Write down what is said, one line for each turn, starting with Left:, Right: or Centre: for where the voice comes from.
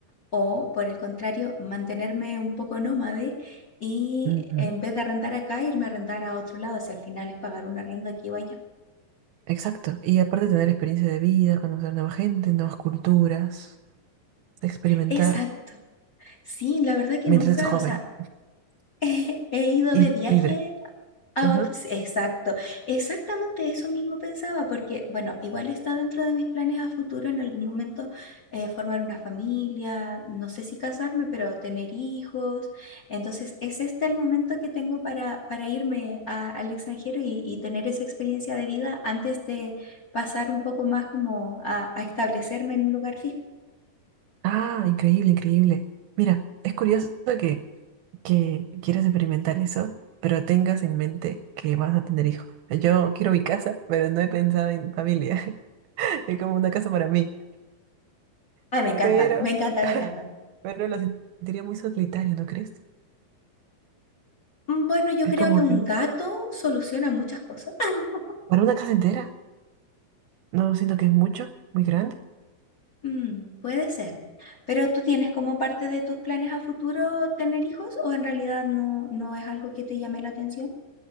Left: o, por el contrario, mantenerme un poco nómade y
Right: Mm,
Left: en vez de arrendar acá, irme a arrendar a otro lado. Si al final es pagar un arriendo aquí o allá.
Right: exacto. Y aparte tener experiencia de vida, conocer nueva gente, nuevas culturas, experimentar
Left: Exacto. Sí, la verdad que
Right: mientras
Left: nunca,
Right: estés joven
Left: o sea, <laughs> he ido
Right: y
Left: de viaje
Right: libre.
Left: A
Right: Ajá.
Left: otros, exacto. Exactamente eso mismo pensaba, porque, bueno, igual está dentro de mis planes a futuro en algún momento eh, formar una familia, no sé si casarme, pero tener hijos. Entonces, es este el momento que tengo para, para irme a- al extranjero y, y tener esa experiencia de vida antes de pasar un poco más como a, a establecerme en un lugar fijo.
Right: Ah, increíble, increíble. Mira, es curioso que, que quieras experimentar eso, pero tengas en mente que vas a tener hijos. Yo quiero mi casa, pero no he pensado en familia. <laughs> Es como una casa para mí.
Left: Ay, me encanta,
Right: Pero,
Left: me encanta, me encanta.
Right: pero lo sentiría muy solitario, ¿no crees?
Left: Mm, Bueno, yo
Right: Es
Left: creo
Right: como
Left: que un
Right: que
Left: gato soluciona muchas cosas. <laughs>
Right: para una casa entera, no siento que es mucho, muy grande.
Left: Mm, puede ser. Pero tú tienes como parte de tus planes a futuro tener hijos o en realidad no, no es algo que te llame la atención?